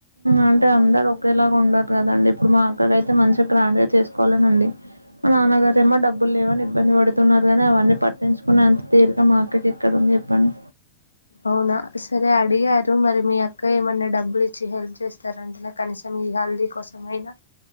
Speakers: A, on the right; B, on the left.
A: అంటే అందరు ఒకేలాగా ఉండర్ కదండి. ఇప్పుడు మా అక్కడ అయితే మంచిగా గ్రాండ్గా చేసుకోవాలనుంది. మా నాన్నగారేమో డబ్బులు లేవని ఇబ్బంది పడుతున్నారు. గాని అవన్నీ పట్టించుకునేంత తీరీక మా అక్కకేక్కడుంది చెప్పండి.
B: అవునా సరే అడిగారు. మరి మీ అక్క ఏమన్నా డబ్బులు ఇచ్చి హెల్ప్ జ్ చేస్తారంటనా కనీసం ఈ హల్దీ కోసం అయినా.